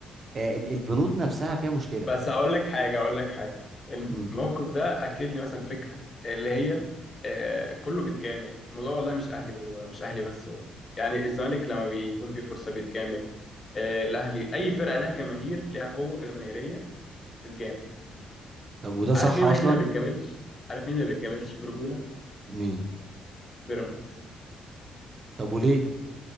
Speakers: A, on the right; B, on the left.
A: آه، ال- البنود نفسها فيها مشكلة
B: بس اقول لك حاجه اقول لك حاجه الموقف
A: مم.
B: ده اكد لي مثلا فكره اللي هي آه، كله بيتجامل الموضوع والله مش اهلي ومش اهلي بس والله يعني الزمالك لما بيكون في فرصه بيتجامل آه، الاهلي اي فرقه لها جماهير لها قوه جماهيريه بتتجامل
A: طب وده صح
B: عارف مين
A: أصلا
B: الوحيد اللي ما بيتجاملش عارف مين اللي ما بيتجاملش برجوله
A: مين
B: بيراميدز
A: طب وليه